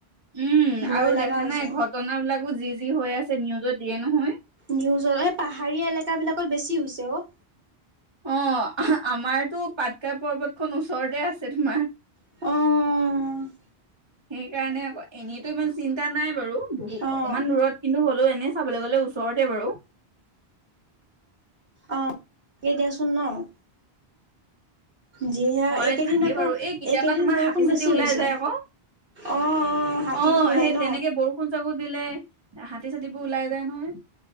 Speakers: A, on the right; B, on the right.
A: উম,
B: ভয়
A: আৰু
B: লগা
A: দেখা
B: হৈছে।
A: নাই? ঘটনি বিলাকো যি-যি হৈ আছে নিউজত দিয়ে নহয়।
B: নিউজৰ এই পাহাৰীয়া এলেকাবিলাকত বেছি হৈছে অ'।
A: অঁ, আহ্ আমাৰতো পাটকা পৰ্বতখন ওচৰতে আছে তোমাৰ।
B: অঁ
A: সেইকাৰণে আক' এনেটো ইমান চিন্তা নাই বাৰু। বহু
B: অ',
A: অকমান দূৰত কিন্তু হ'লেও এনেই চাবলৈ গ'লে ওচৰতে বাৰু।
B: অঁ, দি দিয়াচোন ন'? যিহে
A: হয়।
B: এইকেইদিন
A: থাকেই
B: আকৌ
A: বাৰু। এই কেতিয়াবা
B: এইকেইদিন
A: তোমাৰ
B: বৰষুণ
A: হাতী-চাতি
B: বেছি
A: ওলাই
B: হৈছে।
A: যায় আক'?
B: অ', অ', হাতীটো
A: অঁ,
B: ওলাই
A: সেই
B: ন।
A: তেনেকে বৰ ষুণ- চৰষুণ দিলে হাতী-চাতিবোৰ ওলাই যায় নহয়।